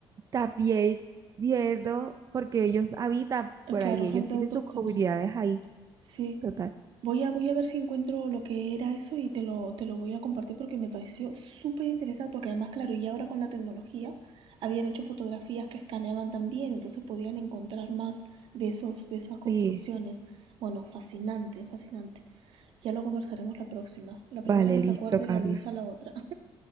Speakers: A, on the right (about 40°); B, on the right (about 70°).
A: también yendo, porque ellos habitan
B: eh,
A: por
B: claro,
A: ahí,
B: gente
A: ellos tienen
B: autóctona.
A: sus comunidades ahí,
B: Sí.
A: total.
B: Voy a, voy a ver si encuentro lo que era eso y te lo, te lo voy a compartir porque me pareció súper interesante, porque además, claro, y ahora con la tecnología habían hecho fotografías que escaneaban también, entonces podían encontrar más de esos, de esas construcciones.
A: Sí.
B: Bueno, fascinante, fascinante. Ya lo conversaremos la próxima. La
A: Vale,
B: primera que
A: listo,
B: se acuerde
A: Carla.
B: la avisa a la otra.